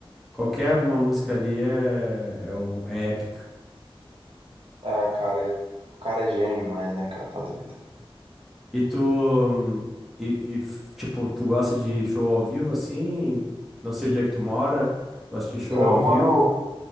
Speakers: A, in the centre; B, on the right.
A: Qualquer uma música ali é, é, um- é épica.
B: É, cara, é- o cara é gênio demais, né, cara? Tá doido.
A: E tu, hum, e, e, f- tipo, tu gosta de show ao vivo assim? Não sei onde é que tu mora, gosta de show
B: É,
A: ao
B: Eu
A: vivo.
B: moro.